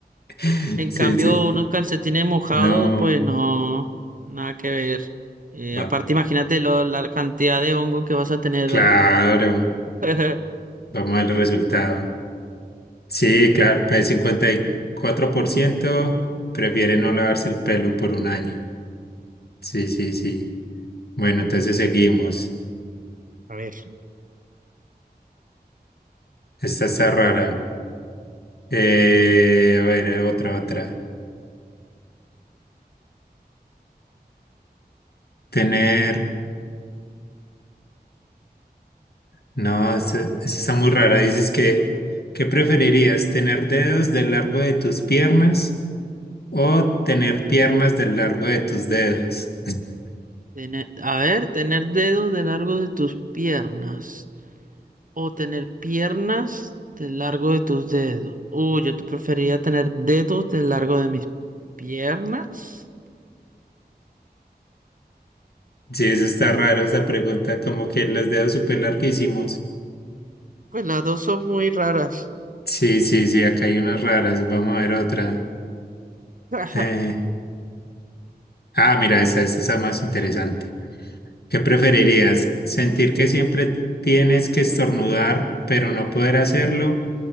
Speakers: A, on the left; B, on the right.
A: <laughs>
B: En
A: Sí,
B: cambio,
A: sí.
B: unos calcetines mojados,
A: No.
B: pues no, nada que ver. Eh,
A: va,
B: aparte, imagínate lo- la cantidad de hongo que vas a tener.
A: claro.
B: <laughs>
A: Vamos a ver el resultado. Sí, claro. Pues 54% prefiere no lavarse el pelo por un año. Sí, sí, sí. Bueno, entonces seguimos.
B: A ver,
A: Esta está rara. Eh, a ver, eh, otra, otra. Tener. No, esta, esta está muy rara. Dices que, ¿qué preferirías? ¿Tener dedos del largo de tus piernas o tener piernas del largo de tus dedos?
B: Tener- a ver, tener dedos de largo de tus piernas o tener piernas de largo de tus dedos. Uy, yo te preferiría tener dedos de largo de mis piernas.
A: Sí, eso está raro, esta pregunta, como que las dedos súper larguísimos.
B: Pues las dos son muy raras.
A: Sí, sí, sí, acá hay unas raras. Vamos a ver otra.
B: <laughs>
A: Eh, ah, mira, esta, esta está más interesante. ¿Qué preferirías? ¿Sentir que siempre tienes que estornudar, pero no poder hacerlo?